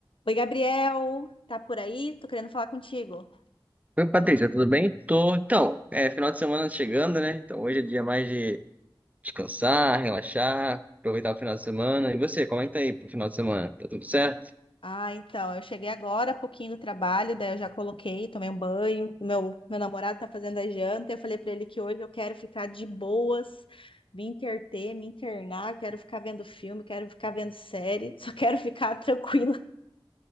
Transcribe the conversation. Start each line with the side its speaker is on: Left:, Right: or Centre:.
Left: Oi, Gabriel, tá por aí? Tô querendo falar contigo.
Right: Oi, Patrícia, tudo bem? Tô. Então, é final de semana chegando, né? Então hoje é dia mais de descansar, relaxar, aproveitar o final de semana. E você, comenta aí pro final de semana. Tá tudo certo?
Left: Ah, então, eu cheguei agora, há pouquinho do trabalho, daí eu já coloquei, tomei um banho. o Meu, meu namorado tá fazendo a janta. Eu falei pra ele que hoje eu quero ficar de boas, me interter, me internar. Quero ficar vendo filme, quero ficar vendo série, <laughs> só quero ficar tranquila.